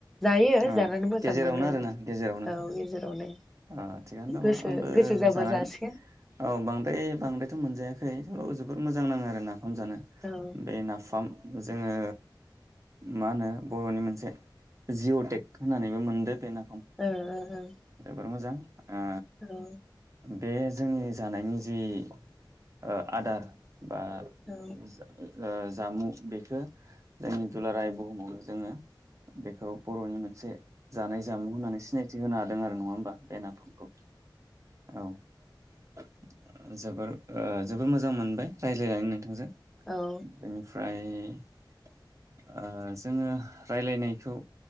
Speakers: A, in the centre; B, on the right (about 40°).
A: जायो
B: अ
A: जानानै मोजां
B: गेजेरावनो
A: मोनो
B: आरोना
A: आरो
B: गेजेरावनो
A: औ गेजेरावनो
B: अ थिगानो दङ
A: गोसो
B: आंबो
A: गोसो जाबा
B: जानानै
A: जासिगोन
B: औ बांद्राय बांद्रायथ मोनजायाखै थेवबाबो जोबोर मोजां नाङो आरोना। नाफाम जानो
A: औ
B: बे नाफाम जोङो मा होनो बर'नि मोनसे जिअटेक होननानैबो मोनदों बे ना
A: ओ ओ ओं।
B: मोजां। ओ
A: औ।
B: बे जोंनि जानायनि जि ओ आदार बा
A: औ
B: ओ जामु बेखो जोंनि दुलाराय बुहुमावनो जोङो बेखौ बर'नि मोनसे जानाय जामु होननानै सिनायथि होनो हादों आरो नङा बा बे नाफामखौ औ जोबोर ओ जोबोर मोजां मोन बाय रायलायनानै नोंथांजों
A: औ
B: बेनि ओमफ्राय ओ जोङो राय्लायनायखौ